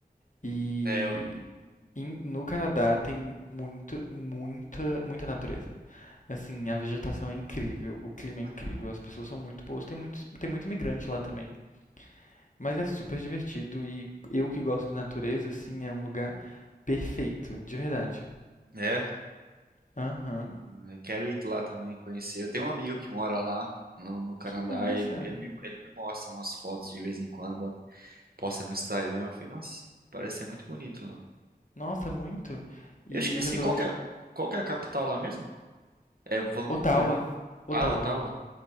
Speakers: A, on the left; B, on the right.
A: E
B: É, eu-
A: em- no Canadá tem muito, muita, muita natureza. Assim, a vegetação é incrível, o clima é incrível,
B: Aham.
A: as pessoas são muito boas. Tem muito, tem muito imigrante lá também. Mas é super divertido e eu que gosto de natureza, assim, é um lugar perfeito, de verdade.
B: é,
A: Aham.
B: eu quero ir lá também conhecer. Eu tenho um amigo que mora lá no, no Canadá.
A: Que massa!
B: Ele, ele me, ele me mostra umas fotos de vez em quando, bota, posta no Instagram. Eu falei, nossa, parece ser muito bonito lá.
A: Nossa, muito! E
B: Eu esqueci,
A: você planeja.
B: qual que é, qual que é a capital lá mesmo? É Vancouver,
A: Ottawa.
B: né? Ah,
A: Ottawa.
B: Ottawa.